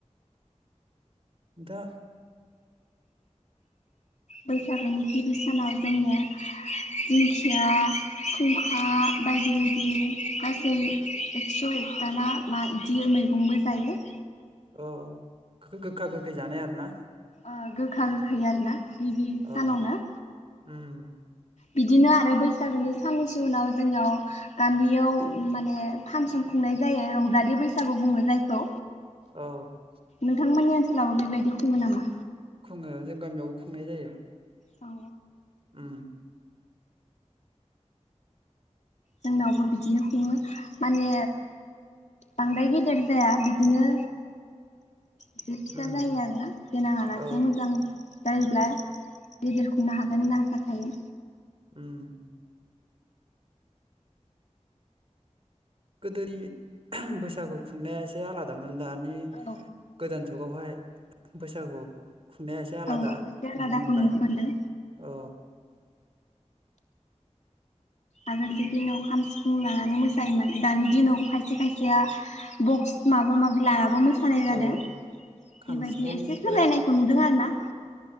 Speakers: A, on the right (about 50°); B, on the left (about 75°).
A: दा
B: बैसागोनि गिबि सानाव जोंनिया दिंखिया खुंखा बायदि बायदि गासै एकस' एकथाना मा इदि मैगंबो जायो।
A: औ गोखा गोखै जानाय आरोना।
B: अ गोखा गोखै आरोना। गिबि
A: औ
B: सानावनो
A: उम।
B: बिदिनो आरो बै ओरैनो साननैसो उनाव जोंनियाव गामियाव माने फानसन खुंनाय जायो रंजालि बैसागु बुङो जायखौ।
A: औ
B: नोंथांमोननिया? सोरनावबा बिबायदि खुङो नामा?
A: खुंङो जों गामियावबो खुंनाय जायो।
B: औ।
A: ओम।
B: जोंनावबो बिदिनो खुंङो माने बांद्राय गेदेर जाया बिदिनो बि फिसा
A: उम
B: जायो आरोना गोनां आलासि
A: औ
B: मोजां जायोब्ला। गेदेरखौ मा हागोन होनना सानखायो।
A: ओम। गोदोनि बैसागु खुंनाया एसे आलादामोन दा। नि
B: औ
A: गोदान जुगावहाय बैसागो। खुंनाया एसे आलादा
B: औ एसे आलादाखौ
A: नुनो मोनबाय।
B: मोनदों
A: औ।
B: आगोलनि दिनाव खाम सिफुं लानानै मोसायोमोन दानि दिनाव खायसे खायसेया बक्स माबा माबि लाना मोसानाय जादो
A: औ खाम
B: बिबायदि
A: सिफुंफोर
B: एसे सोलायनायखौ नुदों आरोना।